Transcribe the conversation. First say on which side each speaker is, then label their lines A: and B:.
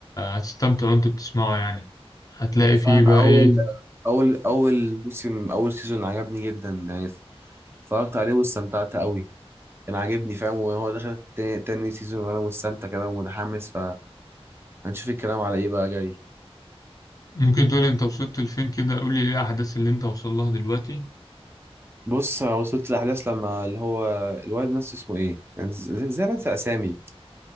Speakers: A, on the left (about 35°); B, on the right (about 25°).
A: هتستمتع وأنت بتسمعه يعني هتلاقي
B: أنا فعلا
A: فيه بقى
B: اول
A: إيه
B: اول اول موسم اول سيزون عجبني جدا يعني اتفرجت عليه واستمتعت قوي كان عاجبني فاهم وهو دخل تاني, تاني سيزون وانا مستمتع كده ومتحمس فهنشوف الكلام على ايه بقى جاي
A: ممكن تقولي أنت وصلت لفين كده قولي إيه الأحداث اللي أنت وصل لها دلوقتي
B: بص وصلت الاحداث لما اللي هو الواد نفسه اسمه ايه يعني ز- زي ما انسى اسامي